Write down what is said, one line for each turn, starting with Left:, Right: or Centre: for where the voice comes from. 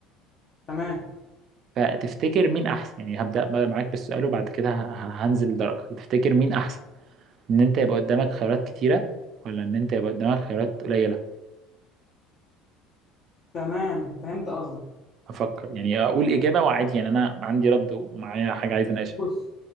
Left: تمام
Right: فتفتكر مين أحسن يعني هبدأ بقى معاك بالسؤال وبعد كده ه- ه- هنزل درجة تفتكر مين أحسن إن أنت يبقى قدامك خيارات كتيرة ولا إن أنت يبقى قدامك خيارات قليلة
Left: تمام فهمت قصدك
Right: أفكر يعني أقول إجابة وعادي يعني أنا عندي رد ومعايا حاجة عايز أناقشها
Left: بص